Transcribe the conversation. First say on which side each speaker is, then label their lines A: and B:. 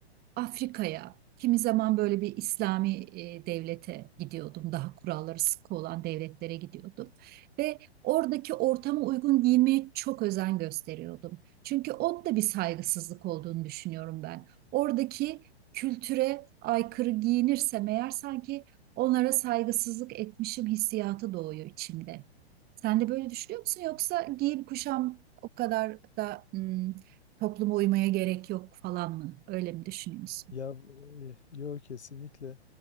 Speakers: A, on the right; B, on the left.
A: Afrika'ya, kimi zaman böyle bir İslami e, devlete gidiyordum. Daha kuralları sıkı olan devletlere gidiyordum. Ve oradaki ortama uygun giyinmeye çok özen gösteriyordum. Çünkü o da bir saygısızlık olduğunu düşünüyorum ben. Oradaki kültüre aykırı giyinirsem eğer sanki onlara saygısızlık etmişim hissiyatı doğuyor içimde. Sen de böyle düşünüyor musun? Yoksa giyim kuşam o kadar da hmm, Topluma uymaya gerek yok falan mı? Öyle mi düşünüyorsun?
B: Ya e, yok kesinlikle.